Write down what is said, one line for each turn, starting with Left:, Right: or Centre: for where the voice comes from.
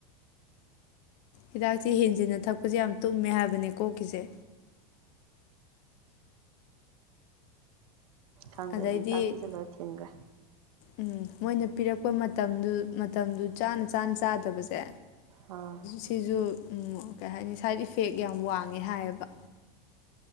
Left: ꯍꯤꯗꯥꯛꯁꯦ ꯍꯦꯟꯖꯤꯟꯅ ꯊꯛꯄꯁꯦ ꯌꯥꯝ ꯇꯨꯝꯃꯦ ꯍꯥꯏꯕꯅꯦ ꯀꯣꯛꯀꯤꯁꯦ
Right: ꯈꯪꯗꯦ
Left: ꯑꯗꯩꯗꯤ
Right: ꯑꯗꯨꯝ ꯆꯥꯛ ꯄꯤꯖ ꯂꯣꯏꯔ ꯊꯤꯟꯒꯔꯦ
Left: ꯎꯝ ꯃꯣꯏꯅ ꯄꯤꯔꯛꯄ ꯃꯇꯝꯗꯨ ꯃꯇꯝꯗꯨ ꯆꯥꯅ ꯆꯥꯅ ꯆꯥꯗꯕꯁꯦ
Right: ꯑꯥ
Left: ꯁꯤꯁꯨ ꯎꯝ ꯀꯩ ꯍꯥꯏꯅꯤ ꯁꯥꯏꯠ ꯏꯐꯦꯛ ꯌꯥꯝ ꯋꯥꯡꯉꯦ ꯍꯥꯏꯌꯦꯕ